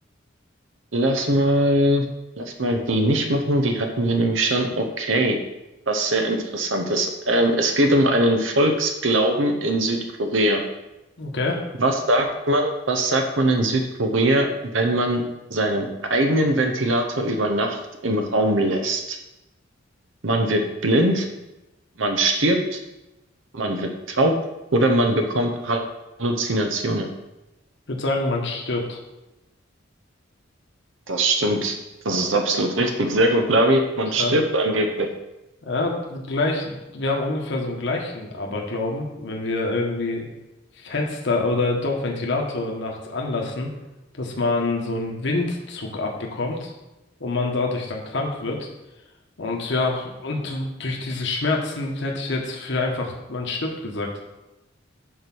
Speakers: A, on the right (about 75°); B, on the left (about 65°).
A: lass mal, lass mal die nicht machen. Die hatten wir nämlich schon. Okay. Was sehr Interessantes. Ähm, es geht um einen Volksglauben in Südkorea.
B: Okay.
A: Was sagt man, was sagt man in Südkorea, wenn man seinen eigenen Ventilator über Nacht im Raum lässt? Man wird blind, man stirbt Man wird taub oder man bekommt Halluzinationen.
B: Ich würde sagen, man stirbt.
A: Das stimmt. Das ist absolut richtig. Sehr gut, Lavi. Man
B: Krass.
A: stirbt angeblich.
B: Ja, gleich, wir haben ungefähr so einen gleichen Aberglauben, wenn wir irgendwie Fenster oder doch Ventilator nachts anlassen, dass man so einen Windzug abbekommt und man dadurch dann krank wird. Und ja, und durch diese Schmerzen hätte ich jetzt für einfach, man stirbt gesagt.